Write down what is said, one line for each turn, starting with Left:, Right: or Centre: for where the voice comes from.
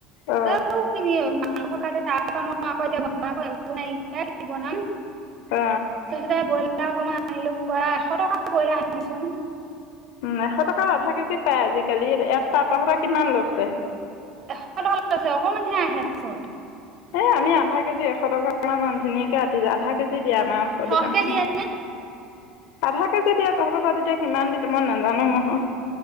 Left: অ
Right: ত খিনি হ'ল মাংস কাটে তাৰপা মই আকৌ এতিয়া বনাব একো নাইকিয়া কি বনাম।
Left: অ
Right: তাৰপাছতে বইল অকমান আনিলোগ এশ টকা বইলা আনিছোন।
Left: উ এশ টকাৰ আধা কেজি পাই আজিকালি ইয়াত ত শ কিমান লৈছে।
Right: এশ টকা লৈছে অকমান হে আহেচোন
Left: এ আমি আধা কেজি এশ টকা মান আ ধুনীয়াকে আতি যায় আধা কেজি দিয়া আমাৰ ওচৰত
Right: সৰহকে
Left: দোকানখনত
Right: দিয়ে নে
Left: আধাৰ কাৰ্ড যেতিয়া তহতৰ সিমান দিয়ে মই নাজানো নহয়।